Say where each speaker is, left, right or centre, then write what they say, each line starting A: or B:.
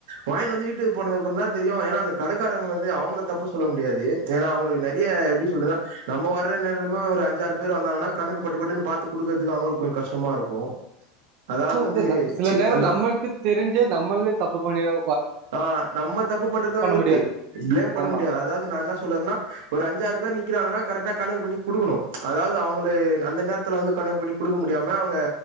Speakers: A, on the right; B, on the right.
A: வாங்கிட்டு வந்து வீட்டுக்கு போனதுகப்புறமாத் தா தெரியு ஏன்னா அந்த கடைக்காரங்க வந்து அவங்கள தப்பு சொல்ல முடியாது ஏன்னா அவங்களுக்கு நிறைய எப்படி சொல்றது நம்ம வர்ற நேரமா ஒரு அஞ்சாறு பேர் வந்தாங்கன்னா கணக்கு பட்டுப்பட்டுன்னு பாத்து குடுக்குறதுக்கு அவங்களுக்கு ஒரு கஷ்டமா இருக்கு அதாவது
B: ஹ வந்து சில
A: சி
B: நேர
A: அதா
B: நம்மளுக்கு தெரிஞ்சே நம்மளே தப்பு பண்ணிரோ
A: அஹ் நம்ம தப்பு பண்றதுலா இருக்கு
B: முடியாது.
A: பிளேம் பண்ண
B: ஆமா.
A: முடியாது அதாவது நா என்ன சொல்ல வரேன்னா ஒரு அஞ்சாறு பேரு நிக் கிறாங்கன்னா கரெக்டா கணக்கு பண்ணி குடுக்கணு அதாவது அவுங்களே அந்த நேரத்துல வந்து கணக்கு பண்ணி குடுக்க முடியாம அவுங்க